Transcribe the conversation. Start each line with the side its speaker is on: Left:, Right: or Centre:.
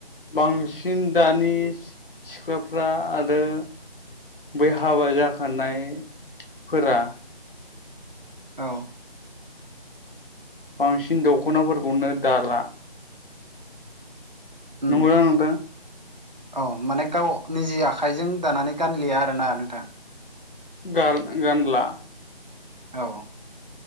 Left: बांसिन दानि सिख्लाफ्रा आरो बै हाबा जाखानायफोरा
Right: औ
Left: बांसिन दख'नाफोरखौनो दाला
Right: उम
Left: नंगौदा नोंथां
Right: औ माने गाव निजे आखाइजों दानानै गानलिया आरोना नोंथां
Left: गाल गानला
Right: औ